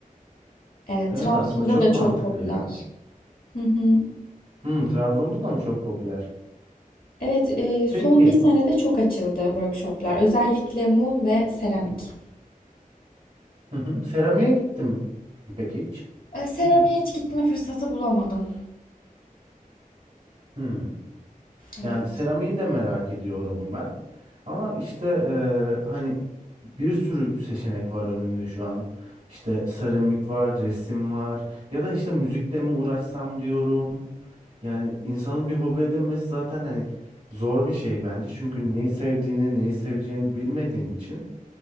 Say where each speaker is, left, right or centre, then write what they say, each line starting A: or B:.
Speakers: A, on the left; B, on the right.
A: Evet,
B: Evet
A: Trabzon'da
B: aslında çok
A: da
B: mantıklı
A: çok popüler.
B: ya.
A: Hı hı.
B: Hmm, Trabzon'da da mı çok popüler?
A: Evet, e, son
B: Peki
A: bir senede çok açıldı workshoplar. Özellikle mum ve seramik.
B: Hı hı. Seramiğe gittim peki hiç?
A: E, seramiğe
B: Hı hı.
A: hiç gitme fırsatı bulamadım.
B: Hmm.
A: Evet.
B: Yani seramiği de merak ediyorum ben. Ama işte e, hani bir sürü seçenek var önümde şu an. İşte seramik var, resim var. Ya da işte müzikle mi uğraşsam diyorum. Yani insanın bir hobi edinmesi zaten hani zor bir şey bence. Çünkü neyi sevdiğini, neyi seveceğini bilmediğin için.